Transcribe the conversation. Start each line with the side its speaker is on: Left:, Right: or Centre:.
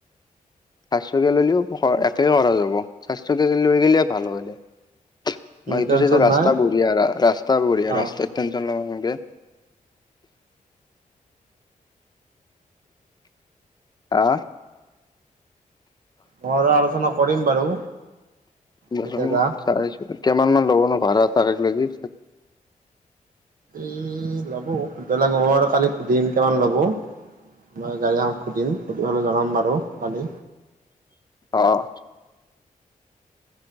Left: <inaudible> কিয়া ললেও খৰ একেই কৰা যাব, চাৰ চকীয়া লৈ গলে ভাল হয় দে। অঁ সেইটো
Right: টেনচন
Left: চাইডৰ ৰাস্তা
Right: নাই
Left: বঢ়িয়া ৰাস্তা বঢ়িয়া
Right: অ',
Left: ৰাস্তাত টেনচন লব নালগে। <inaudible> আহ?
Right: মই আৰু আলোচনা কৰিম বাৰু।
Left: বজৰং
Right: কেতিয়া যা
Left: চাৰে ছয় তাত। কিমান মান লবনো ভাড়া তাৰেক লাগি?
Right: ই ল'ব <unintelligible> মান ল'ব। মানে গাড়ী এখন সুধিম। সুধি হলে জনাম বাৰু কালি।
Left: অঁহ।